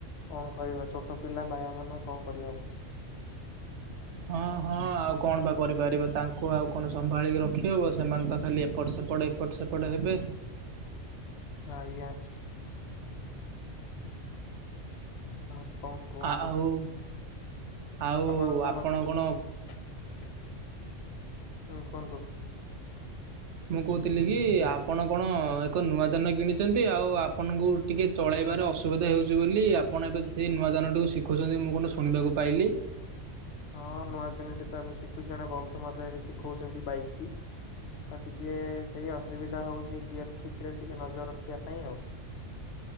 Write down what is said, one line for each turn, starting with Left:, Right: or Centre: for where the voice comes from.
Left: କଣ କହିବା ଛୋଟ ପିଲା ବାୟା ମନ କଣ କରିହବ।
Right: ହଁ ହଁ ଆଉ କଣବା କରିପାରିବା ତାଙ୍କୁ ଆଉ କଣ ସମ୍ଭାଳିକି ରଖି ହବ ସେମାନେତ ଖାଲି ଏପଟ ସେପଟ ଏପ ଏପଟ ସେପଟ ହେବେ।
Left: ଆଜ୍ଞା। ଆଉ କଣ କୁହନ୍ତୁ?
Right: ଆଉ ଆଉ
Left: ଆପଣତ
Right: ଆପଣ
Left: ମତେ କିଛି
Right: କଣ
Left: <unintelligible> ହୁଁ କୁହନ୍ତୁ।
Right: ମୁଁ କହୁଥିଲିକି ଆପଣ କଣ ଏକ ନୂଆ ଯାନ କିଣିଚନ୍ତି ଆଉ ଆପଣଙ୍କୁ ଟିକେ ଚଳେଇବାରେ ଅସୁବିଧା ହେଉଚି ବୋଲି ଆପଣ ଏବେ ସେନୂଆ ଯାନଟିକୁ ଶିଖୁଛନ୍ତି ମୁଁ କଣ ଶୁଣିବାକୁ ପାଇଲି?
Left: ହଁ ନୂଆ ଜାନଟିତ ଏବେ ଶିଖୁଚି ଜଣେ ବନ୍ଧୁ ମତେ ଏବେ ଶିଖଉଚନ୍ତି ବାଇକ୍ ଟି। ତ ଟିକେ ସେଇ ଅସୁବିଧା ହଉଚି ଗିୟର ଠିକରେ ଟିକେ ନଜର ରଖିବା ପାଇଁ ଆଉ।